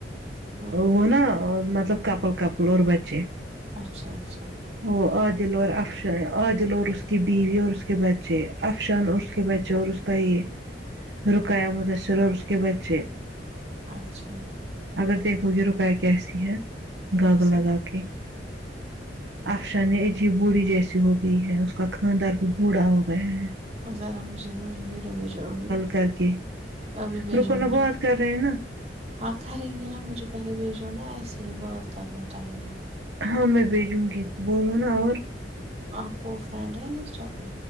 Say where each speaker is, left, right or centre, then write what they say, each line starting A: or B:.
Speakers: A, on the right; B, on the right.
A: ہاں
B: وہ نا مطلب کپل کپل اور بچے
A: اچھا اچھا
B: وہ عادل اور افشان عادل اور اس کی بیوی اور اس کے بچے افشان اور اس کے بچے جو اور اس کا یہ رکایا مدثر اور اس کے بچے
A: اچھا
B: اگر دیکھو گی رکائی کیسی ہے
A: کیسے
B: گاگل لگا کے افشان عجیب بوڑھی جیسی ہو گئی ہے اس کا خاندان بھی بوڑھا ہو گیا ہیں
A: ذرا مجھے مجھے ویڈیو بھیجو ابھی
B: کر کے
A: ابھی بھیجو
B: رکو نا
A: مجھے
B: بات کر رہے ہیں نا
A: ہاں ٹھرینگے نا مجھے پہلے بھیجو نا ایسے ہی بات کرنے ٹائم میں
B: ہاں میں بھیجوں گی بولو نا اور
A: آپ کو فرینڈ ہے نا انسٹا پہ